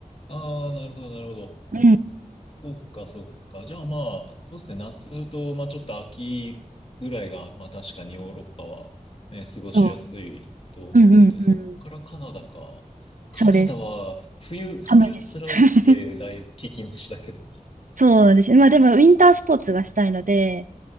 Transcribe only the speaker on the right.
うん、
そう。うんうんうん。
そうです。
寒いです。
<laughs> そうなんですよ。まあでも、ウィンタースポーツがしたいので、